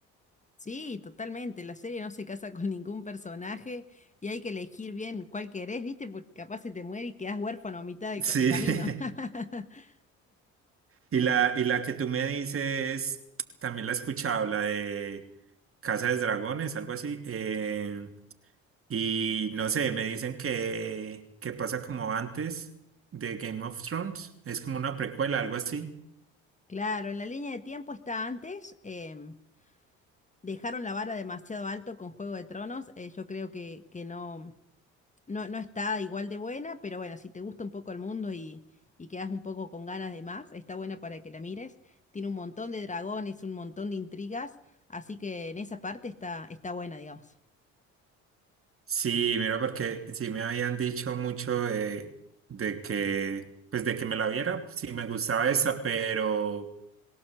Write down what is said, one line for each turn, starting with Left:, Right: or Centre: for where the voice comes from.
Left: sí, totalmente, la serie no se casa con ningún personaje y hay que elegir bien cuál querés, ¿viste? Porque capaz se te muere y quedás huérfano a mitad de,
Right: Sí.
Left: ca- de camino.
Right: <laughs>
Left: <laughs>
Right: Y la, y la que tú me dices, también la he escuchado, la de Casa de Dragones, algo así. eh, Y no sé, me dicen que, que pasa como antes de Game of Thrones. Es como una precuela, algo así.
Left: Claro, en la línea de tiempo está antes, em, dejaron la vara demasiado alto con Juego de Tronos. eh, yo creo que, que no, no, no está igual de buena, pero bueno, si te gusta un poco el mundo y, y quedas un poco con ganas de más, está buena para que la mires. Tiene un montón de dragones, un montón de intrigas, así que en esa parte está, está buena, digamos.
Right: Sí, mira, porque sí me habían dicho mucho de, de que, pues de que me la viera, sí me gustaba esa, pero,